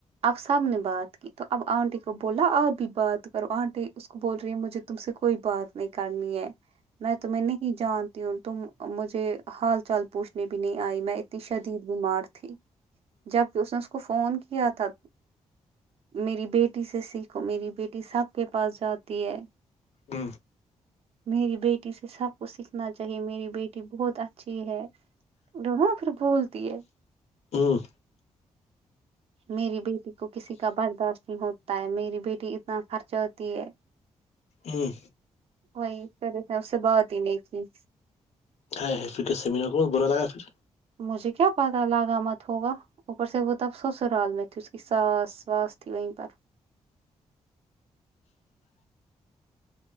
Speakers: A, on the right; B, on the left.
A: اب سب نے بات کی تو اب آنٹی کو بولا آ بھی بات کرو آنٹی کو بول رہی ہے مجھے تم سے کوئی بات نہیں کرنی ہے میں تمہیں نہیں جانتی ہوں تم مجھے حال چال پوچھنے بھی نہیں آئی میں اتنی شدید بیمار تھی جب کہ اس نے کو فون کیا تھا میری بیٹی سے سیکھو میری بیٹی سب کے پاس جاتی ہے
B: ہ
A: میری بیٹی سے سب کوچ سیکھنا چاہیے میری بیٹی بہت اچھی ہے راں پھر بھول دیے
B: ہوں
A: میری بیٹی کو کسی کا برداشت نہیں ہوتا ہے میری بیٹی اتنا خرچ ہوتی ہے
B: ہوں
A: وہیں اس طرح سے اس سے بہات ہی نہیں کیھی
B: ہائے ہے پھر کے سمینر کو ب برا لگا پھر
A: مجھے کیا پتا لگامت ہوگا اوپر سے وہ تب سسرال میں تھی اس کی ساس واس تھی وہیں پر